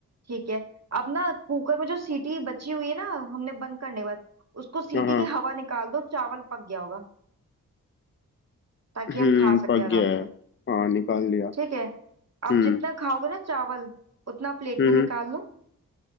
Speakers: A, on the right (about 45°); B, on the left (about 35°).
A: ठीक है अब ना कुकर में जो सीटी बची हुई है ना हमने बंद करने के बाद उसको सीटी
B: हाँ हाँ
A: की हवा निकाल दो चावल पक गया होगा ताकि
B: हम्म
A: हम खा सके
B: पक
A: आराम
B: गया
A: से
B: है हाँ निकाल लिया
A: ठीक है अब
B: हम्म
A: जितना खाओगे ना चावल उतना प्लेट
B: हम्म
A: में
B: हम्म।
A: निकाल लो